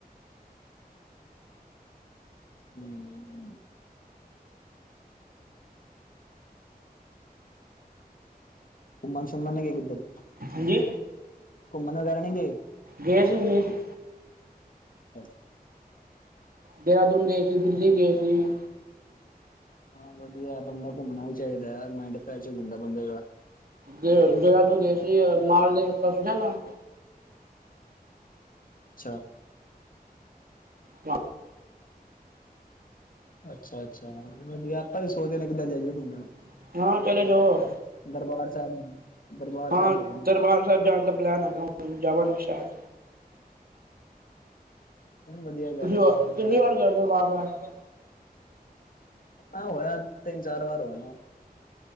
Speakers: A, on the left; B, on the right.
A: ਹਮ ਸਮਾਨ <inaudible>
B: ਹਾਂਜੀ
A: ਮਨੀਕਰਨ ਨਹੀਂ ਗਏ?
B: ਗਏ ਸੀ ਗਏ ਸੀ।
A: ਅਛ
B: ਦੇਹਰਾਦੂਨ ਗਏ ਸੀ ਦਿੱਲੀ ਗਏ ਸੀ।
A: ਹਾਂ ਵਧੀਆ ਬੰਦਾ ਘੁੰਮਣਾ ਵੀ ਚਾਹੀਦਾ ਮਾਇੰਡ ਫਰੈਸ਼ ਹੁੰਦਾ ਬੰਦੇ ਦਾ।
B: ਜ ਜਿਹੜਾ ਤੂੰ ਦੇਸੀ ਮਾਰ ਦੇ ਪਰਸੂ ਜਾਣਾ।
A: ਅੱਛਾ
B: ਚ
A: ਅੱਛਾ ਅੱਛਾ ਵਧੀਆ ਆਪਾਂ ਵੀ ਸੋਚਦੇ ਨੇ ਕਿੱਦਾਂ ਜਾਈਏ ਘੁੰਮਣ।
B: ਹਾਂ ਚਲੇ ਜਾਓ
A: ਦਰਬਾਰ ਸਾਹਿਬ ਦਰਬਾਰ
B: ਹਾਂ
A: ਸਾਹਿਬ ਜਗ੍ਹਾ ਨੇ
B: ਦਰਬਾਰ ਸਾਹਿਬ ਜਾਣ ਦਾ ਪਲੈਨ ਹੈਗਾ ਜਾਵਾਂਗੇ ਸ਼ਾਇਦ।
A: ਵਧੀਆ ਗੱਲ
B: ਤੁਸੀਂ
A: ਹੈ ਜਾਣਾ ਚਾਹੀਦਾ
B: ਕਿੰਨੀ ਵਾਰ ਗਏ ਦਰਬਾਰ ਸਾਹਿਬ?
A: ਆ ਹੋ ਆਇਆ ਤਿੰਨ ਚਾਰ ਵਾਰ ਹੋ ਆਏ ਆ।